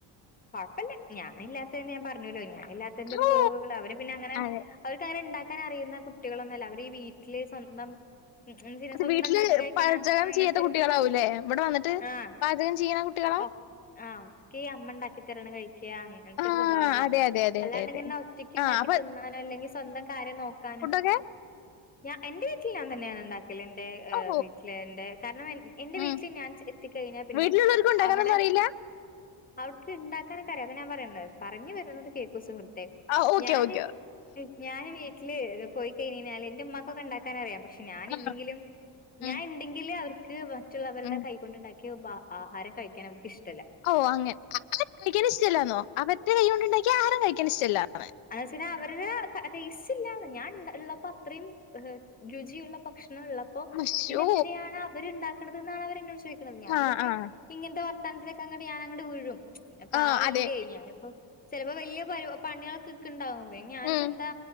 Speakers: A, on the left; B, on the left.
A: കുഴപ്പില്ല ഞാൻ ഇല്ലാത്ത ഞാൻ പറഞ്ഞല്ലോ ഞാൻ ഇല്ലാത്തതിന്റെ ഒരു
B: ഓ
A: കുറവുകൾ അവര് പിന്നെ അങ്ങനെ
B: അതെ
A: അവർക്കങ്ങനെ ഉണ്ടാക്കാൻ അറിയുന്ന കുട്ടികളൊന്നുമല്ല അവര് ഈ വീട്ടില് സ്വന്തം ഉം ഉം പിന്നെ സ്വന്തം
B: വീട്ടില്
A: ഇണ്ടാക്കി കഴിക്കണ
B: പാചകം
A: അങ്ങനത്തൊരു
B: ചെയ്യാത്ത കുട്ടികളാവൂലേ ഇവിടെ വന്നിട്ട്
A: ആഹ്
B: പാചകം ചെയ്യണ കുട്ടികളാ
A: ഒക്കെ ആഹ് ഒക്കെ ഈ അമ്മ ഉണ്ടാക്കി തരണം കഴി ക്കാ-അങ്ങനത്തെ
B: ആ
A: ഒരു സ്വഭാവം ഉള്ളാ
B: അതെ അതെ അതെ
A: അല്ലാണ്ട്
B: അതെ അതെ
A: ഇങ്ങനെ ഒറ്റയ്ക്ക് ഉണ്ടാക്കി
B: ആ അപ്പൊ
A: തിന്നാനോ അല്ലെങ്കിൽ സ്വന്തം കാര്യം നോക്കാനോ
B: ക്കെ
A: ഞാൻ എന്റെ വീട്ടിൽ ഞാൻ തന്നെയാണ് ഉണ്ടാക്കല് എന്റെ ഏഹ്
B: ഓ
A: വീട്ടിൽ എന്റെ കാരണം എ എന്റെ
B: ഉം
A: വീട്ടിൽ ഞാൻ എത്തിക്കഴിഞ്ഞാ പിന്നെ
B: വീട്ടിലുള്ളവർക്ക് ഉണ്ടാക്കാനൊന്നും
A: അവിടെ
B: അറിയില്ല
A: അവി ഒക്കെ ഇണ്ടാക്കാനൊക്കെ അറിയാ അതാ ഞാൻ പറയുന്നത് പറഞ്ഞു വരുന്നത് കേക്കു സുഹൃത്തെ
B: ആ ഓക്കെ
A: ഞാന്
B: ഓക്കെ
A: ഞാന് വീ ട്ടില് പോയി കഴിഞ്ഞ് കഴിഞ്ഞാല് എന്റെ ഉമ്മാക്കൊക്കെ ഇണ്ടാക്കാൻ അറിയാം പക്ഷേ ഞാനില്ലെങ്കിലും
B: ആ ഉം
A: ഞാൻ ഉണ്ടെങ്കില് അവർക്ക് മറ്റുള്ളവരുടെ
B: ഉം
A: കൈ കൊണ്ടുണ്ടാക്കിയ ആഹാരം കഴിക്കാൻ അവർക്ക് ഇഷ്ടമല്ല
B: ഓഹ് അങ്ങനെ അ കഴിക്കാ ഇഷ്ടമല്ലാന്നോ അവന്റെ കൈ കൊണ്ടുണ്ടാക്കിയ ആരും കഴിക്കാൻ ഇഷ്ടമല്ലാത്രേ
A: <unintelligible> എന്നു വെച്ചു കഴിഞ്ഞാ അവരുടെ ടേസ്റ്റ് ഇല്ലാന്ന് ഞാൻ ഉള്ളപ്പോ അത്രയും് രുചിയുള്ള ഭക്ഷണം ഉള്ളപ്പോ
B: അശ്ശോ
A: പിന്നെ എന്തിനെയാണ് ഇവര് ഇണ്ടാക്കണതെന്നാണ് അവരു എന്നോട് ചോദിക്കുന്നത് ഞാൻ
B: ആഹ്
A: പിന്നെ
B: ആഹ്
A: ഇങ്ങനത്തെ വർത്താനത്തിലേക്കു അങ്ങടു ഞാൻ അങ്ങടു വീഴും പിന്നെ പാവല്ല്യെ
B: ആഹ് അതെ
A: ഞാനിപ്പോ ചിലപ്പോ വലിയ പ പണികളൊക്കെ ഇക്ക് ഇണ്ടാവും വെ ഞാനിപ്പോ
B: ഉം
A: എന്താ